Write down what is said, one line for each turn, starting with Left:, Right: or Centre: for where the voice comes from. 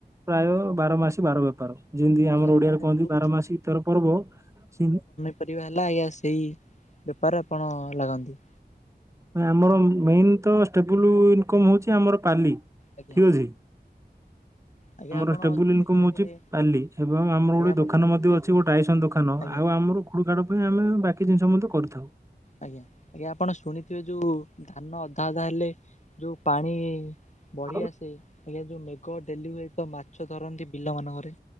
Right: ପ୍ରାୟ ବାର ମାସି ବାର ବେପାର। ଯିନ୍ତି
Left: ଆଜ୍ଞା
Right: ଆମର ଓଡିଆରେ
Left: ମାନେ
Right: କହନ୍ତି
Left: ଯୋଉ
Right: ବାର ମାସି ତେର ପର୍ବ ସି
Left: ପରିବା ହେଲା ଆଜ୍ଞା ସେଇ ବେପାର ଆପଣ ଲାଗନ୍ତି।
Right: ଆମର ମେନ୍ ତ ଷ୍ଟେବୁଲ୍ ଇନକମ୍ ହଉଛି ଆମର ପାଲି
Left: ଆଜ୍ଞା
Right: ଠିକ୍ ଅଛି।
Left: ଆଜ୍ଞା
Right: ଆମର
Left: ଆପଣ
Right: ଷ୍ଟେବୁଲ
Left: ଶୁଣିଥିବେ
Right: ଇନକମ୍ ହଉଛି ପାଲି ଏବଂ ଆମର
Left: ଆଜ୍ଞା
Right: ଗୋଟେ
Left: ଆପଣ
Right: ଦୋକାନ
Left: ଶୁଣିଥିବେ
Right: ମଧ୍ୟ ଅଛି ଗୋଟେ ଟାଇସନ ଦୋକାନ
Left: ଆଜ୍ଞା
Right: ଆଉ ଆମର <unintelligible> ପାଇଁ ଆମେ ବାକି ଜିନିଷ ମଧ୍ୟ କରିଥାଉ।
Left: ଆଜ୍ଞା ଆଜ୍ଞା ଆପଣ ଶୁଣିଥିବେ ଯୋଉ ଧାନ ଅଧା ଅଧା ହେଲେ ଯୋଉ ପାଣି ବଢିଆ
Right: ହଁ
Left: ସେ ଆଜ୍ଞା ଯୋଉ ମେଘ ଡେଲି ହୁଏ ତ ମାଛ ଧରନ୍ତି ବିଲ ମାନଙ୍କରେ।